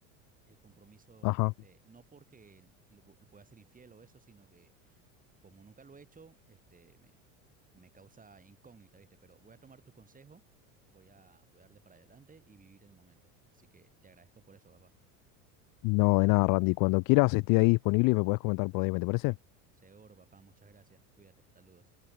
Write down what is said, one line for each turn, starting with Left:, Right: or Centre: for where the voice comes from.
Right: el compromiso,
Left: ajá.
Right: este, no porque lo, lo voy a ser infiel o eso, sino que como nunca lo he hecho, este, me, me causa incógnita, ¿viste? Pero voy a tomar tu consejo, voy a, voy a darle para adelante y vivir el momento. Así que te agradezco por eso, papá.
Left: No, de nada, Randy. Cuando quieras, estoy ahí disponible y me podés comentar por DM, ¿te parece?
Right: Seguro, papá, muchas gracias. Cuídate, saludos.